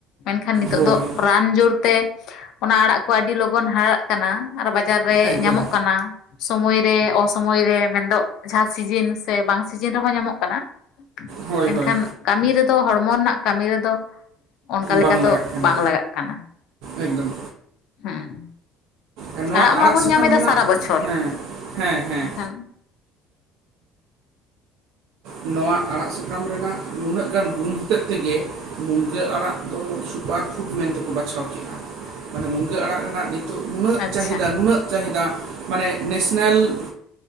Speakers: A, on the left; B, on the right.
A: ᱢᱮᱱᱠᱷᱟᱱ ᱱᱤᱛᱚᱜ
B: ᱦᱳᱭ
A: ᱫᱚ ᱨᱟᱱ ᱡᱳᱨ ᱛᱮ ᱚᱱᱟ ᱟᱲᱟᱜ ᱠᱚ ᱟᱹᱰᱤ ᱞᱚᱜᱚᱱ ᱦᱟᱨᱟᱜ ᱠᱟᱱᱟ ᱟᱨ ᱵᱟᱡᱟᱨ ᱨᱮ
B: ᱮᱠᱫᱚᱢ
A: ᱧᱟᱢᱚᱜ ᱠᱟᱱᱟ ᱥᱚᱢᱚᱭᱨᱮ ᱚᱥᱚᱢᱚᱭ ᱨᱮ ᱢᱮᱱᱫᱚ ᱡᱟᱦᱟᱸ ᱥᱤᱡᱤᱱ ᱥᱮ ᱵᱟᱝ ᱥᱤᱡᱮᱱ ᱨᱮᱦᱚᱸ ᱧᱟᱢᱚᱜ ᱠᱟᱱᱟ
B: ᱦᱳᱭ
A: ᱢᱮᱱᱠᱷᱟᱱ
B: ᱦᱳᱭ
A: ᱠᱟᱹᱢᱤ ᱨᱮᱫᱚ ᱦᱚᱲᱢᱚ ᱨᱮᱱᱟᱜ ᱠᱟᱹᱢᱤ ᱨᱮᱫᱚ ᱚᱱᱠᱟ ᱞᱮᱠᱟ
B: ᱵᱟᱝ
A: ᱫᱚ
B: ᱞᱟᱜᱟᱜ ᱠᱟᱱᱟ
A: ᱵᱟᱝ ᱞᱟᱜᱟᱜ ᱠᱟᱱᱟ
B: ᱮᱠᱫᱚᱢ
A: ᱦᱮᱸ
B: ᱟᱨ ᱱᱚᱣᱟ
A: ᱟᱲᱟᱜ ᱢᱟᱵᱚᱱ
B: ᱥᱟᱠᱟᱢ
A: ᱧᱟᱢ ᱮᱫᱟ
B: ᱨᱮᱱᱟᱜ
A: ᱥᱟᱨᱟ ᱵᱚᱪᱷᱚᱨ
B: ᱦᱮᱸ ᱦᱮᱸ ᱦᱮᱸ
A: ᱮᱱᱠᱷᱟᱱ
B: ᱱᱚᱣᱟ ᱟᱲᱟᱜ ᱥᱟᱠᱟᱢ ᱨᱮᱱᱟᱜ ᱱᱩᱱᱟᱹᱜ ᱛᱤᱱᱟᱹᱜ ᱜᱟᱱ ᱜᱩᱱ ᱦᱚᱛᱮᱡ ᱛᱮᱜᱮ ᱢᱩᱱᱜᱟᱹ ᱟᱲᱟᱜ ᱫᱚ ᱥᱩᱯᱟᱨ ᱯᱷᱩᱰ ᱢᱮᱱᱛᱮᱠᱚ ᱵᱟᱪᱷᱟᱣ ᱠᱮᱫᱼᱟ ᱢᱟᱱᱮ ᱢᱩᱱᱜᱟᱹ ᱟᱲᱟᱜ ᱨᱮᱱᱟᱜ ᱱᱤᱛᱚᱜ ᱱᱩᱱᱟᱹᱜ
A: ᱟᱪᱪᱷᱟ
B: ᱪᱟᱹᱦᱤᱫᱟ ᱱᱩᱱᱟᱹᱜ ᱪᱟᱹᱦᱤᱫᱟ ᱢᱟᱱᱮ ᱱᱮᱥᱱᱮᱞ